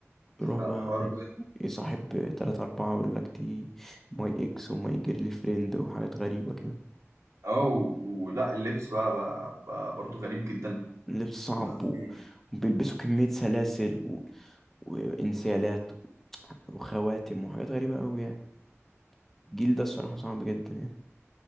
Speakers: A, on the right; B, in the centre.
A: فالحوار
B: يروح بقى ي- يصاحب تلاتة أربعة ويقول لك دي ماي إكس وماي جيرلي فريند وحاجات غريبة كده
A: اه ولا اللبس بقى, بقى, بقى برضو غريب جدا
B: لبس صعب
A: بقى في
B: و... وبيلبسوا كمية سلاسل و... وإنسيالات وخواتم وحاجات غريبة أوي يعني الجيل ده الصراحة صعب جدا يعني